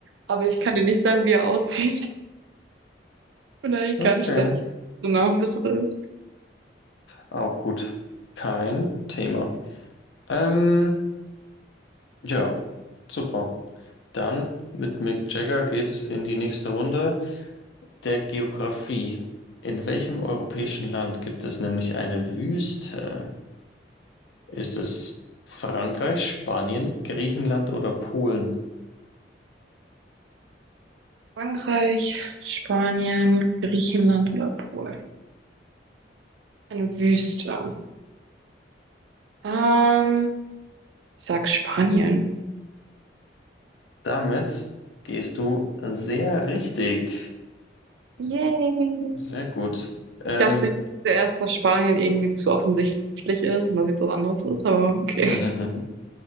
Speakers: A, on the right; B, on the left.
A: aber ich kann dir nicht sagen, wie er aussieht. <laughs> Ich bin eigentlich
B: Okay,
A: ganz schlecht. So Namen bitte.
B: auch gut. Kein Thema. Ähm, ja, super. Dann mit Mick Jagger geht's in die nächste Runde der Geografie. In welchem europäischen Land gibt es nämlich eine Wüste? Ist es Frankreich, Spanien, Griechenland oder Polen?
A: Frankreich, Spanien, Griechenland oder Polen. Eine Wüste. Ähm, ich sag Spanien.
B: Damit gehst du sehr richtig.
A: Yay.
B: Sehr gut. Ähm,
A: Ich dachte zuerst, dass Spanien irgendwie zu offensichtlich ist und dass jetzt was anderes ist, aber okay.
B: <laughs>
A: <laughs>